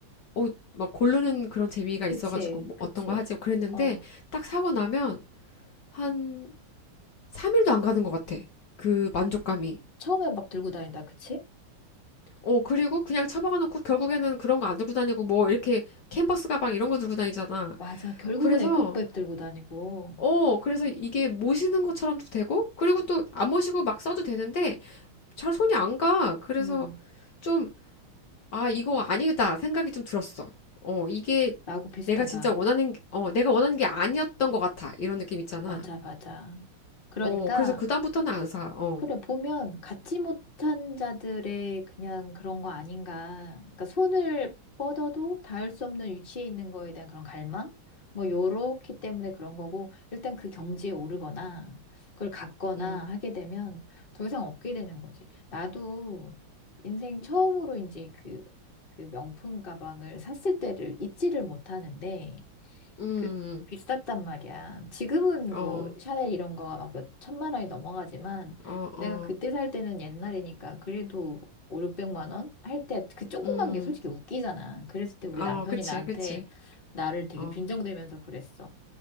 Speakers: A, on the left; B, on the left.
A: 어, 막 고르는 그런 재미가
B: 그치,
A: 있어가지고 뭐
B: 그치.
A: 어떤 거 하지 그랬는데
B: 어,
A: 딱 사고 나면 한 3일도 안 가는 것 같아. 그 만족감이.
B: 처음엔 막 들고 다닌다, 그치?
A: 어, 그리고 그냥 처박아 놓고 결국에는 그런 거 안 들고 다니고 뭐 이렇게 캔버스 가방 이런 거 들고 다니잖아.
B: 맞아. 결국은
A: 그래서
B: 에코백 들고 다니고.
A: 어, 그래서 이게 모시는 것처럼도 되고 그리고 또 안 모시고 막 써도 되는데 잘 손이 안 가. 그래서
B: 음,
A: 좀 아, 이거 아니다 생각이 좀 들었어. 어, 이게
B: 나하고 비슷하다.
A: 내가 진짜 원하는, 어, 내가 원하는 게 아니었던 것 같아. 이런 느낌 있잖아.
B: 맞아, 맞아. 그러니까
A: 어, 그래서 그다음부터는 안 사. 어,
B: 그래, 보면 갖지 못한 자들의 그냥 그런 거 아닌가. 그러니까 손을 뻗어도 닿을 수 없는 위치에 있는 거에 대한 그런 갈망? 뭐, 요렇기 때문에 그런 거고, 일단 그 경지에 오르거나, 그걸 갖거나
A: 음,
B: 하게 되면 더 이상 없게 되는 거지. 나도 인생 처음으로 이제 그, 그 명품 가방을 샀을 때를 잊지를 못하는데,
A: 음,
B: 그 비쌌단 말이야. 지금은
A: 음,
B: 뭐
A: 어,
B: 샤넬 이런 거가 막 몇 천만 원이 넘어가지만
A: 어,
B: 내가
A: 어,
B: 그때 살 때는 옛날이니까 그래도 5, 600만 원 할 때 그 조그만
A: 음,
B: 게 솔직히 웃기잖아. 그랬을 때 우리
A: 어,
B: 남편이
A: 그치,
B: 나한테
A: 그치.
B: 나를 되게
A: 어,
B: 빈정대면서 그랬어.